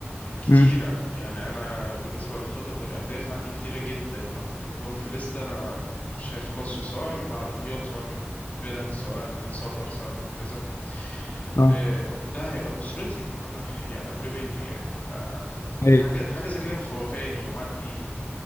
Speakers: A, on the left (about 35°); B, on the left (about 85°).
A: كتيرة
B: امم
A: يعني أنا بالنسبة للخطط والأهداف عندي كتيرة جدا لو كتبتهم في لستة أنا مش هيخلصوا سواء من عربيات سواء من فيلل سواء من سفر سواء من كذا
B: اه
A: إيه وده هيبقى لأسرتي أك- يعني قبل مني يعني فحاجة
B: ايه
A: حاجة زي كده مخوفاني وعندي